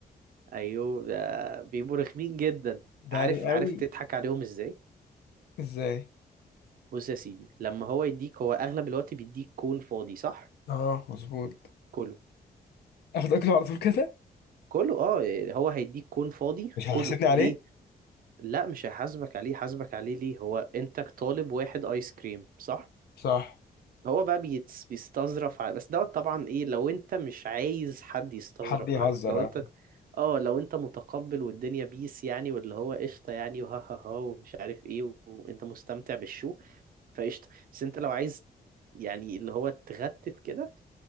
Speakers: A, on the right; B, on the left.
A: ايوه ده بيبقوا رخمين جدا
B: داري
A: عارف
B: قوي
A: عارف تضحك عليهم ازاي
B: ازاي
A: بص يا سيدي لما هو يديك هو اغلب الوقت بيديك كون فاضي صح
B: اه مظبوط
A: كله
B: اخد اكله على طول كده
A: كله اه هو هيديك كون فاضي
B: مش
A: كله
B: هيحاسبني عليه
A: ليه لا مش هيحاسبك عليه حاسبك عليه ليه هو انت طالب واحد ايس كريم صح
B: صح
A: هو بقى بيتس- بيستظرف على بس دوت طبعا ايه لو انت مش عايز حد يستظرف
B: حد يهزر
A: عليك لو انت
B: اه
A: اه لو انت متقبل والدنيا بيس يعني واللي هو قشطه يعني وها ها ها ومش عارف ايه و- وانت مستمتع بالشو فقشطة بس انت لو عايز يعني اللي هو تغتت كده